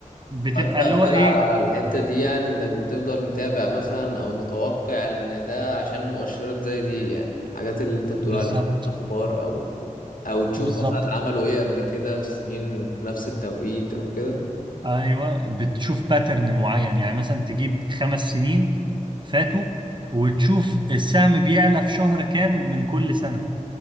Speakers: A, on the right; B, on the left.
A: بتبقى
B: فانت
A: اللي هو
B: بتلعب
A: ايه
B: على الحتة دي يعني انك بتفضل متابع مثلا او متوقع ان ده عشان مؤشرات زي دي يعني الحاجات اللي انت بتقول
A: بالظبط
B: عليها اخبار او او تشوف
A: بالظبط
B: مثلا عملوا ايه قبل كده في سنين في نفس التوقيت او كده
A: ايوه بتشوف باترن معين يعني مثلا تجيب خمس سنين فاتوا وتشوف السهم بيعلى في شهر كام من كل سنه